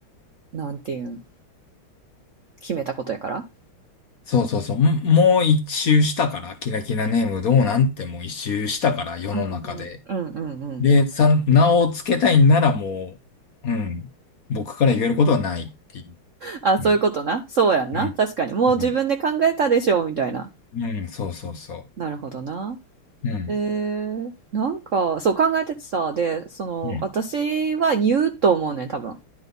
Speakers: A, on the right; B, on the left.
A: なんていうん、決めたことやから。
B: そうそうそうもう一周したからキラキラネームどうなんてもう一周したから世の中で
A: うんうんうんうんうん。
B: でさ名を付けたいならもううん僕から言えることはないっていう
A: あ、そういうことな。
B: うん
A: そうやんな。
B: うん
A: 確かに。もう自分で考えたでしょみたいな。
B: うんうんそうそうそ
A: なるほどな。
B: ううん
A: えー、なんか、そう考えててさ、で、その、
B: うん
A: 私は言うと思うねん、多分。